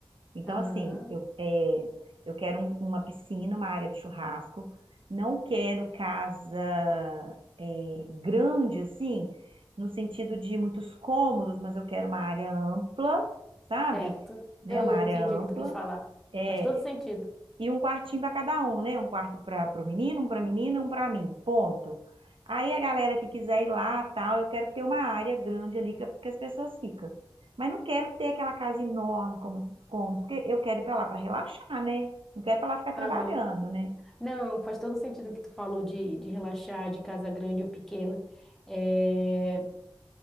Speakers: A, on the right; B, in the centre.
A: Então,
B: Aham,
A: assim, eu, é, eu quero um- uma piscina, uma área de churrasco. Não quero casa é, grande, assim, no sentido de muitos cômodos, mas eu quero uma área ampla, sabe?
B: certo.
A: Né?
B: Eu
A: Uma área
B: entendi
A: ampla.
B: o que tu quis falar.
A: É,
B: Faz todo sentido.
A: e um quartinho para cada um, né? Um quarto para o menino, um para a menina, um para mim. Ponto. Aí a galera que quiser ir lá, tal, eu quero ter uma área grande ali, que- é porque as pessoas ficam. Mas não quero ter aquela casa enorme, como os cômodos, porque eu quero ir para lá para relaxar, né? Não quero para lá ficar trabalhando,
B: Aham.
A: né?
B: Não, faz todo sentido o que tu falou de, de relaxar, de casa grande ou pequena. Eh,